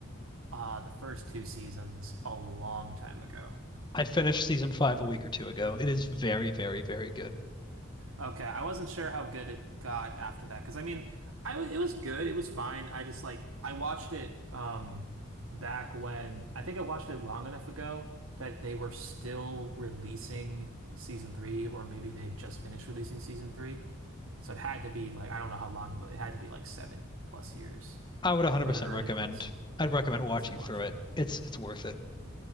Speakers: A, on the right; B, on the left.
A: uh the first two seasons a long time ago.
B: I finished season five a week or two ago. It is very, very, very good.
A: Okay, I wasn't sure how good it got after that because I mean, I was it was good, it was fine. I just like I watched it um back when I think I watched it long enough ago that they were still releasing season three, or maybe they just finished releasing season three. So it had to be like I don't know how long ago. It had to be like seven plus years.
B: I would 100%
A: One of the earlier
B: recommend.
A: ones,
B: I'd recommend watching
A: ones they watched.
B: through it. It's it's worth it.